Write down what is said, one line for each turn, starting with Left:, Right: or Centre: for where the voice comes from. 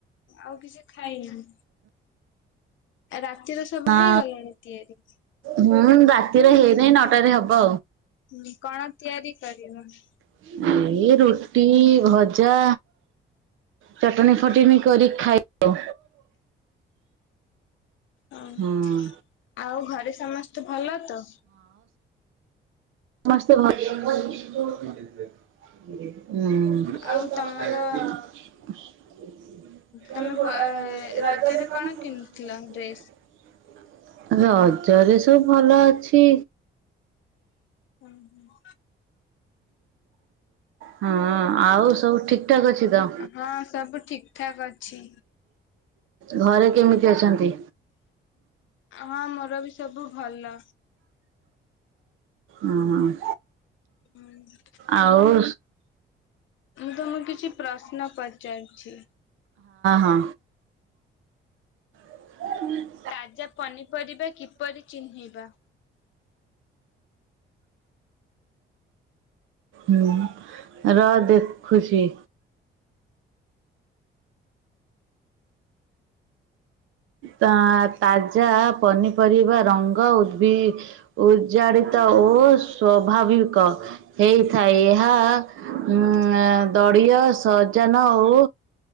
Left: ଆଉ କିଛି ଖାଇିନି। ରା ର ସବୁ
Right: ନା
Left: ହେଇଗଲାଣି ତିଆରି
Right: ହୁଁ ରାତିରେ ହେଇନାହିଁ ନଅଟାରେ ହବ
Left: କଣ ତିଆରି କରିବାି।
Right: ଆଉ ଏଇ ରୁଟି ଭଜା ଚଟଣି ଫଟଣି କରି ଖାଇ
Left: ଉଁ
Right: ହୁଁ
Left: ଆଉ ଘରେ ସମସ୍ତେ ଭଲ ତ।
Right: ମସ୍ ହୁଁ
Left: ଆଉ ତମର
Right: ରଜରେରେ
Left: ତମେ କୁଆ ରଜରେ
Right: ସବୁ।
Left: କଣ କିଣିଥିଲ ଡ୍ରେସ୍?
Right: ଭଲ ଅଛି।
Left: ହୁଁ ହୁଁ।
Right: ହଁ। ଆଉ ସବୁ ଠିକ ଠାକ ଅଛି ତ
Left: ହଁ ସବୁ ଠିକ ଠାକ ଅଛି
Right: ଘରେ କେମିତି ଅଛନ୍ତି?
Left: ହଁ ମୋର ବି ସବୁ ଭଲ।
Right: ଉ ହୁଁ।
Left: ହୁଁ।
Right: ଆଉ ହଁ
Left: ମୁଁ ତମକୁ କିଛି ପ୍ରଶ୍ନ ପଚାରୁଛି।
Right: ହଁ। <unintelligible>
Left: ତାଜା ପନିପରିବା କିପରି ଚିହ୍ନେଇବା?
Right: ହୁଁ ରହ ଦେଖୁଚି। ତା ତାଜା ପନିପରିବା ରଙ୍ଗ ଉଦ୍ଦବି ଉଜ୍ଜାଡ଼ିତ ଓ ସ୍ଵଭାବିକ ହେଇଥାଏ। ଏହା ହୁଁ ଆ ଦଡ଼ିୀୟ ସଜନ ଓ